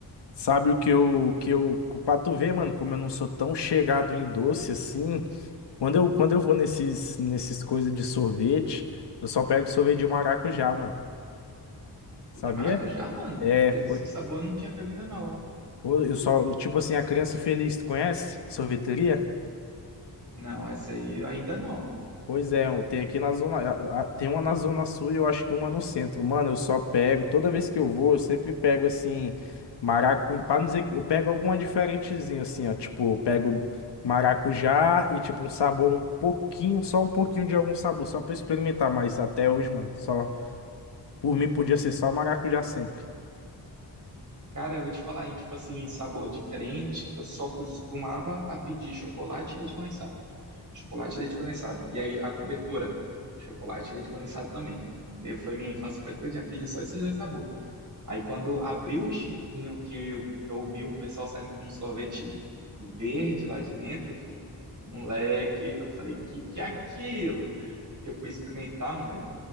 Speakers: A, on the left; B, on the right.
A: Sabe o que eu, que eu, pra tu ver, mano, como eu não sou tão chegado em doce assim, quando eu, quando eu vou nesses, nesses coisas de sorvete, eu só pego sorvete de maracujá, mano,
B: O
A: sabia?
B: De maracujá, mano,
A: É,
B: esse
A: pô,
B: sabor eu não tinha pego ainda não, ó.
A: pô, eu só, tipo assim, a Criança Feliz, tu conhece? Sorveteria?
B: Não, essa aí ainda não.
A: Pois é, eu- tem aqui na zona, a- a- tem uma na zona sul e eu acho que uma no centro. Mano, eu só pego, toda vez que eu vou, eu sempre pego assim maracujá, para não dizer que eu pego alguma diferentezinha assim, ó, tipo, eu pego maracujá e tipo um sabor um pouquinho, só um pouquinho de algum sabor, só pra eu experimentar, mas até hoje, mano, só por mim podia ser só maracujá sempre.
B: Cara, eu vou te falar, hein, tipo assim, sabor diferente, eu só costumava a pedir chocolate e leite condensado. Chocolate e leite condensado. E aí, a cobertura, chocolate e leite condensado também. Daí Foi minha infância, foi todinha pedindo só esses dois sabores. Aí quando abriu o Chiquinho, que eu, eu vi um pessoal saindo com um sorvete verde lá de dentro, filho. Moleque, eu falei, que que é aquilo? Que eu fui experimentar, moleque.